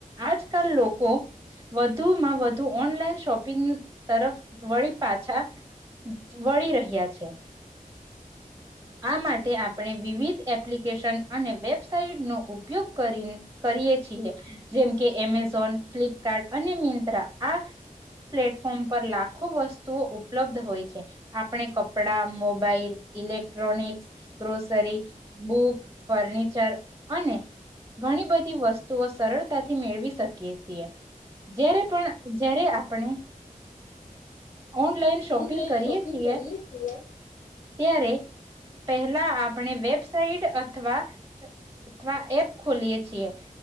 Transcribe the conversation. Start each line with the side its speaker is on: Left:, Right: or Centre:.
Right: આજકાલ લોકો વધુમાં વધુ ઓનલાઈન શોપિંગ તરફ વળી પાછા વળી રહ્યા છે. આ માટે આપણે વિવિધ એપ્લિકેશન અને વેબસાઇટ નો ઉપયોગ કરી કરીએ છીએ, જેમ કે એમેઝોન, ફ્લિપકાર્ટ, અને મિંત્રા આ પ્લેટફોર્મ પર લાખો વસ્તુઓ ઉપલબ્ધ હોય છે. આપણે કપડા, mobile electronics, grocery, book, furniture, અને ઘણી બધી વસ્તુઓ સરળતાથી મેળવી શકીએ છીએ. જયારે પણ જયારે આપણે ઓનલાઈન શોપિંગ
Left: ઓનલાઈન
Right: કરીએ
Left: શોપિંગ
Right: છીએ
Left: કરીએ છીએ
Right: ત્યારે પહેલા આપણે વેબસાઇટ અથવા-અથવા એપ ખોલીએ છીએ,